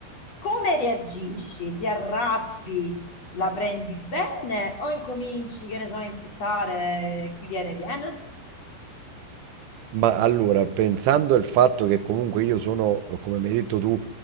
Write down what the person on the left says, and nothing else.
Come reagisci? Ti arrabbi? La prendi bene o incominci, che ne so, a insultare chi viene, viene?